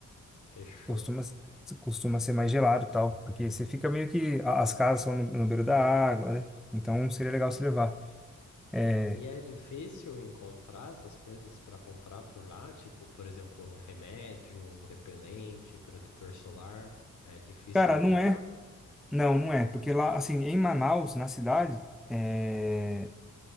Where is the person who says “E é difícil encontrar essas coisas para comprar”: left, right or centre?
Left